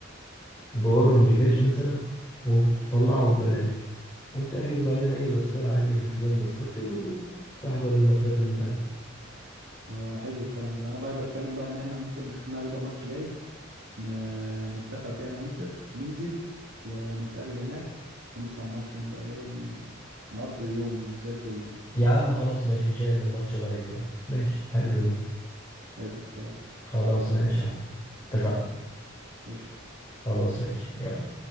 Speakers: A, on the left; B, on the right.
A: بأورنج كاش مثلا وبتطلعه ببلاش وبتحجز بعدين أي تذكرة عادي من خلال تذكرتي وبتروح تحضر الماتشات اللي أنت عايزها
B: اه حلو الكلام ده انا بقى بتكلم بقى ان احنا ممكن نشوف لنا كده ماتش جاي ن- نتفق فيها انا وانت وننزل ونتقابل هناك ونسمع الماتش ونبقى ايه نقضي يوم زي الفل يعني
A: يا عم خلاص ماشي نشاهد الماتش لايف يعني ماشي حلو ده
B: حلو الكلام
A: خلاص ماشي يا حبيبي اتفقنا
B: قشطة
A: خلاص ماشي يلا